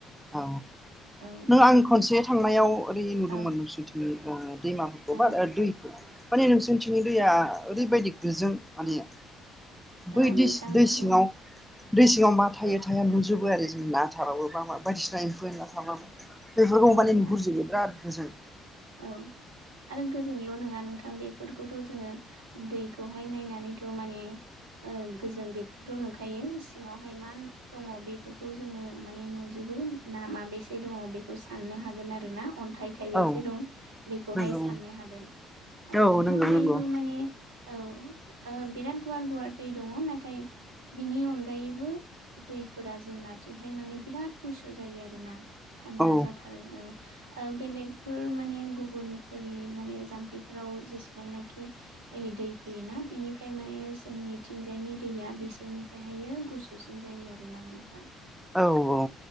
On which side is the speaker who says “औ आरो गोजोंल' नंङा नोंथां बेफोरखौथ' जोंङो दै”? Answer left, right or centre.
Right